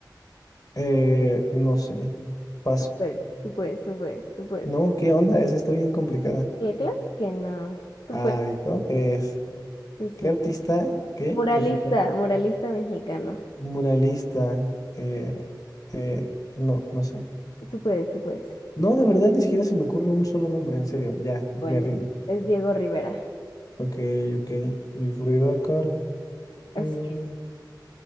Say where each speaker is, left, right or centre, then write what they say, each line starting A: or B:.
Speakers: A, on the left (about 50°); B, on the left (about 80°).
A: Eh, no sé. Paso.
B: Puedes. Tú puedes, tú puedes, tú puedes.
A: No, ¿qué onda? Esa está bien complicada.
B: Cla- Claro que no. Tú
A: Ay,
B: puedes.
A: ¿cómo crees?
B: Sí, sí.
A: ¿Qué artista? ¿Qué?
B: Muralista,
A: Mexicano.
B: muralista mexicano.
A: Muralista. eh, eh, no, no sé.
B: Tú puedes, tú puedes.
A: No, de verdad, ni siquiera se me ocurre un solo nombre, en serio. Ya, me
B: Bueno,
A: rindo.
B: es Diego Rivera.
A: Ok, ok. Y Frida Kahlo.
B: Así
A: eh, bueno.
B: es.